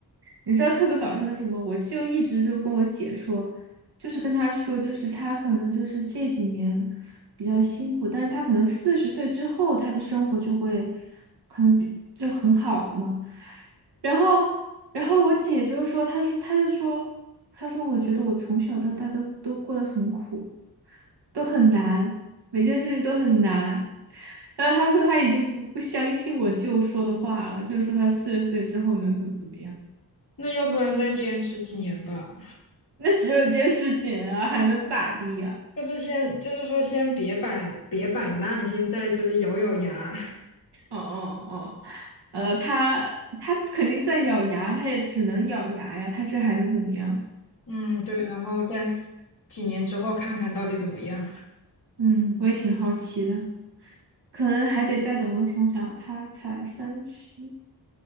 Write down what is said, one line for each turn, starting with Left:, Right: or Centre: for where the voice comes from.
Right: 你知道特别搞笑的是什么？我就一直就跟我姐说，就是跟她说，就是她可能就是这几年比较辛苦，但是她可能四十岁之后，她的生活就会可能比就很好嘛。然后，然后我姐就说，她说，她就说，她说，我觉得我从小到大都都过得很苦。都很难，每件事情都很难。然后他说他已经不不相信我舅说的话了，就是说他四十岁之后能怎么怎么样？
Left: 那要不然再坚持几年吧，
Right: 那只有坚持几年啊，还能咋地呀、
Left: 就是先就是说先别摆别摆烂，现在就是咬咬牙。<laughs>
Right: 哦哦哦，呃，他他肯定在咬牙，他也只能咬牙呀，他这还能怎么样？
Left: 嗯，对，然后在几年之后看看到底怎么样。<laughs>
Right: 嗯，我也挺好奇的，可能还得再等。我想想啊他才三十，